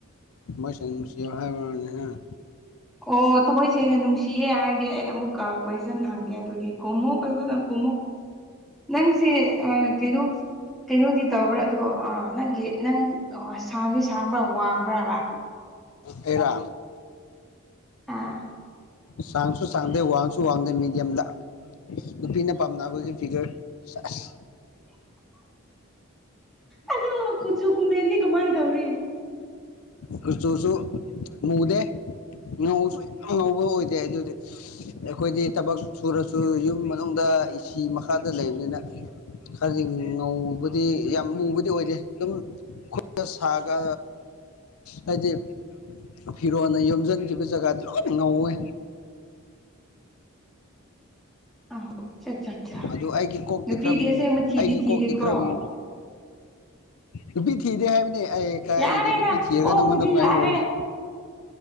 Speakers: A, on the left; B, in the centre.
A: ꯃꯁ ꯁꯤ ꯍꯥꯏ
B: ꯑꯣ ꯊꯃꯣꯏ ꯁꯦꯡꯅ ꯅꯨꯡꯁꯤꯌꯦ ꯍꯥꯏꯔꯗꯤ ꯑꯩ ꯑꯃꯨꯛꯀ ꯀꯣꯏꯁꯟ ꯍꯪꯒꯦ ꯑꯗꯨꯗꯤ ꯀꯣꯃꯣ ꯐꯖꯅ ꯀꯣꯃꯣ ꯅꯪꯁꯦ ꯑ ꯀꯩꯅꯣ ꯀꯩꯅꯣꯗꯤ ꯇꯧꯕ꯭ꯔꯥ ꯑꯗꯣ ꯅꯪꯒꯤ ꯅꯪ ꯑꯣ ꯁꯥꯡꯗꯤ ꯁꯥꯡꯕ꯭ꯔꯥ ꯋꯥꯡꯕ꯭ꯔꯥꯕ
A: ꯇꯔ
B: ꯑꯥ
A: ꯁꯥꯡꯁꯨ ꯁꯥꯡꯗꯦ ꯋꯥꯡꯁꯨ ꯋꯥꯡꯗꯦ ꯃꯤꯦꯗꯤꯌꯝꯗ ꯅꯨꯄꯤꯅ ꯄꯥꯝꯅꯕꯒꯤ ꯐꯤꯒꯔ ꯑꯁ
B: ꯑꯗꯣ ꯀꯨꯆꯨ ꯀꯨꯃꯦꯟꯅꯤ ꯀꯃꯥꯏꯅ ꯇꯧꯔꯤ
A: ꯀꯨꯆꯨꯁꯨ ꯃꯨꯗꯦ ꯉꯧꯁꯨ ꯌꯥꯝ ꯉꯧꯕ ꯑꯣꯏꯗꯦ ꯑꯗꯨꯗꯤ ꯑꯩꯈꯣꯏꯗꯤ ꯊꯕꯛ ꯁꯨꯔꯁꯨ ꯌꯨꯝ ꯃꯅꯨꯡꯗ ꯏꯁꯤ ꯃꯈꯥꯗ ꯂꯩꯕꯅꯤꯅ ꯍꯗꯤ ꯉꯧꯕꯗꯤ ꯌꯥꯝ ꯃꯨꯕꯗꯤ ꯑꯣꯏꯔꯦ ꯑꯗꯨꯝ ꯈ ꯁꯥꯒ ꯍꯥꯏꯗꯤ ꯐꯤꯔꯣꯅ ꯌꯣꯝꯁꯤꯟꯈꯤꯕ ꯖꯒꯥꯗꯨ ꯂꯣꯏꯅ ꯉꯧꯋꯦ
B: ꯑꯥ ꯆꯠ ꯆꯠ ꯆꯥ
A: ꯑꯗꯨ ꯑꯩꯒꯤ ꯀꯣꯛꯇꯤ
B: ꯅꯨꯄꯤꯗꯤ
A: ꯈꯔ ꯑꯃꯨꯛ
B: ꯑꯁꯦꯡꯕ ꯊꯤꯗꯤ
A: ꯑꯩꯒꯤ
B: ꯊꯤꯗꯦꯀꯣ
A: ꯀꯣꯛꯇꯤ ꯈꯔ ꯑꯃꯨꯛ ꯅꯨꯄꯤ ꯊꯤꯗꯦ ꯍꯥꯏꯕꯅꯦ ꯑꯩ ꯀꯥꯏꯔꯤꯒꯦ
B: ꯌꯥꯔꯦꯗ
A: ꯅꯨꯄꯤ ꯊꯤꯔꯒ
B: ꯀꯣꯛꯄꯨꯗꯤ
A: ꯅꯪꯉꯣꯟꯗ ꯀꯃꯥꯏꯅ
B: ꯌꯥꯔꯦ
A: ꯑꯣꯏꯔꯤꯁꯦ